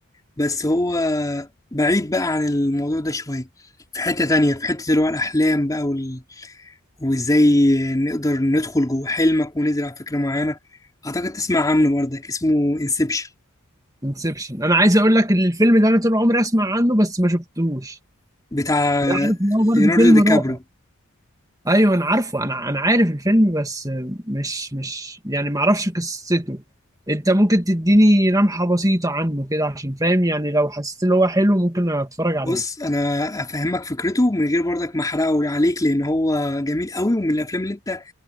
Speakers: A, on the left; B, on the right.
A: بس هو بعيد بقى عن الموضوع ده شوية في حتة تانية في حتة اللي هو الأحلام بقى وال... وإزاي نقدر ندخل جوه حلمك ونزرع فكرة معينة أعتقد تسمع عنه برضك اسمه انسبشن
B: انسبشن انا عايز اقول لك ان الفيلم ده انا طول عمري اسمع عنه بس ما شفتوش
A: بتاع
B: يعني عارف ان هو برضه
A: ليوناردو
B: فيلم
A: دي
B: رائع
A: كابريو
B: ايوه انا عارفه انا انا عارف الفيلم بس مش مش يعني ما اعرفش قصته انت ممكن تديني لمحة بسيطة عنه كده عشان فاهم يعني لو حسيت ان هو حلو ممكن اتفرج
A: بص
B: عليه
A: أنا أفهمك فكرته من غير برضك ما أحرقه عليك لأن هو جميل قوي ومن الأفلام اللي أنت